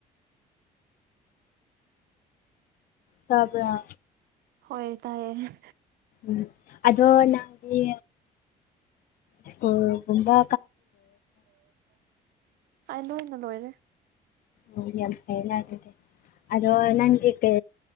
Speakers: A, on the left; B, on the right.
A: ꯆꯕꯔꯥ
B: ꯍꯣꯏ ꯇꯥꯏꯌꯦ
A: ꯎ ꯑꯗꯣ ꯅꯪꯗꯤ ꯁꯀꯨꯜꯒꯨꯝꯕ
B: ꯑꯩ ꯂꯣꯏꯅ ꯂꯣꯏꯔꯦ
A: ꯑꯣ ꯌꯥꯝ ꯐꯦꯂꯦ ꯑꯗꯣ ꯅꯪ ꯀꯦ